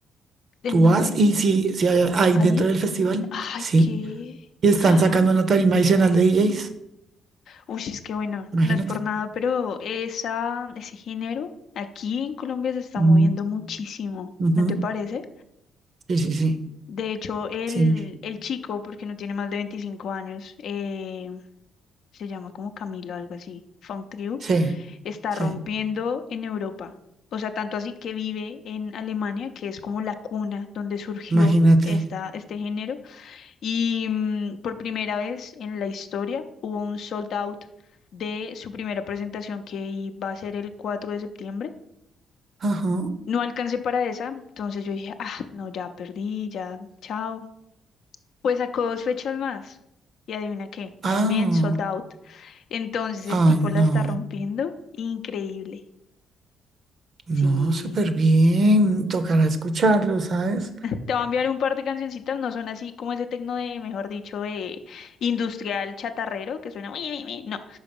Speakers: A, on the right; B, on the left.
A: Tú
B: ¿en
A: vas
B: dónde?
A: y sí, sí hay, hay
B: ¿Ahí?
A: dentro del festival,
B: Ay,
A: sí.
B: qué.
A: Y están
B: Ah,
A: sacando una tarima adicional de DJs.
B: Uy, es que bueno,
A: Imagínate.
B: no es por nada, pero esa, ese género aquí en Colombia se está
A: Ujú,
B: moviendo muchísimo,
A: ujú.
B: ¿no te parece?
A: Sí, sí, sí,
B: De hecho, el,
A: sí,
B: el chico, porque no tiene más de 25 años, eh, se llama como Camilo, algo así, Funk
A: sí,
B: está
A: sí.
B: rompiendo en Europa. O sea, tanto así que vive en Alemania, que es como la cuna donde surgió
A: Imagínate.
B: esta, este género. Y mm, por primera vez en la historia hubo un sold out de su primera presentación que iba a ser el 4 de septiembre.
A: Ajá.
B: No alcancé para esa, entonces yo dije, ah, no, ya perdí, ya, chao. Pues sacó dos fechas más. Y adivina qué,
A: Ah,
B: también sold out. Entonces el
A: ay,
B: tipo
A: no.
B: la está rompiendo. Increíble.
A: No,
B: Sí.
A: súper bien. Tocará escucharlo, ¿sabes?
B: Te va a enviar un par de cancioncitas, no son así como ese tecno de, mejor dicho, eh, industrial chatarrero, que suena... "Ui, ui, ui", No,